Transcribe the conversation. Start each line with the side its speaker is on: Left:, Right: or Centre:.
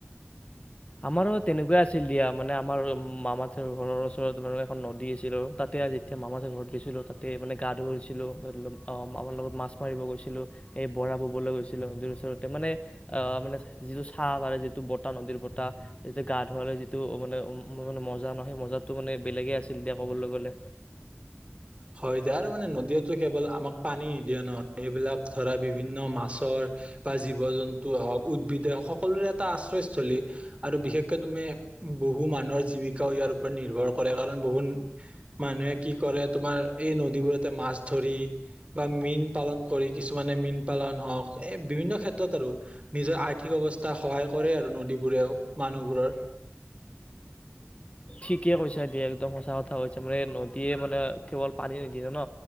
Left: আমাৰো তেনেকুৱাই আছিল দিয়া মানে আমাৰ মামা থেৰ ঘৰৰ ওচৰত বাৰু এখন নদী আছিল আৰু তাতে আজি এতিয়া মামাঁ ঠেৰ ঘৰত গেইছিলোঁ তাতে মানে গা ধুইছিলোঁ <unintelligible> মামাৰ লগত মাছ মাৰিব গৈছিলোঁ, সেই বৰা ববলৈ গৈছিলোঁ নদীৰ ওচৰতে। মানে অ মানে যিটো <unintelligible> পাৰে যিটো বতাহ নদীৰ বত তাহ যেতিয়া গা ধুৱালে যিটো মানে ম- ম - মজা ন সেই মজাটো মানে বেলেগে আছিল দিয়া ক'বলৈ গ'লে।
Right: হয় দিয়া আৰু মানে নদীয়েতো কেৱল আমাক পানী নিদিয়ে ন এইবিলাক ধৰা বিভিন্ন মাছৰ বা জীৱ জন্তু হওক, উদ্ভিদে সকলোৰে এটা আশ্ৰয়স্থলী আৰু বিশেষকৈ তুমি বহু মানুহৰ জীৱিকাও ইয়াৰ ওপৰত নিৰ্ভৰ কৰে কাৰণ বহু মানুহে কি কৰে তোমাৰ এই নদীবোৰতে মাছ ধৰি বা মীন পালন কৰি কিছুমানে মীন পালন হওঁক এই বিভিন্ন ক্ষেত্ৰত আৰু নিজৰ আৰ্থিক অৱস্থা সহায় কৰে আৰু নদীবোৰেও মানুহবোৰৰ।
Left: থিকে কৈছা দিয়া একদম সঁচা কথা কৈছা মানে নদীয়ে মানে কেৱল পানী নিদিয়ে ন